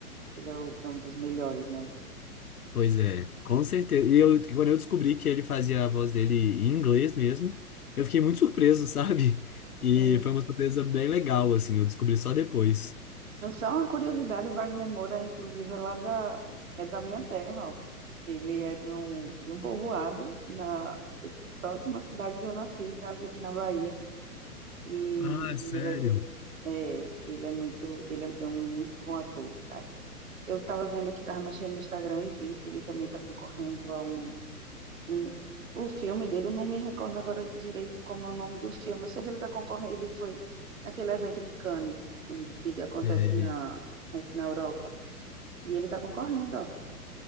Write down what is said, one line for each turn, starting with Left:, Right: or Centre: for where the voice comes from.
Right: ele é, o- é um dos melhores, né?
Left: Pois é, com certeza. E eu, quando eu descobri que ele fazia a voz dele em inglês mesmo, eu fiquei muito surpreso, <laughs> sabe? E
Right: E
Left: foi uma surpresa bem legal, assim, eu descobri só depois.
Right: só uma curiosidade, o Wagner Moura, inclusive, é lá da, é da minha terra, ó. Ele é de um, de um povoado na próxima cidade que eu nasci, sabe? Aqui na Bahia. E,
Left: Ah, sério?
Right: e ele é, é, ele é muito, ele é é um muito bom ator, cara. Eu estava vendo aqui, tava mexendo no Instagram e vi que ele também tá concorrendo a um, um- O filme dele, eu não me recordo agora direito como é o nome do filme. Eu sei que ele tá concorrendo, ele foi naquele evento de Cannes que, que acontece
Left: sei
Right: na, é, na Europa. E ele tá concorrendo, ó.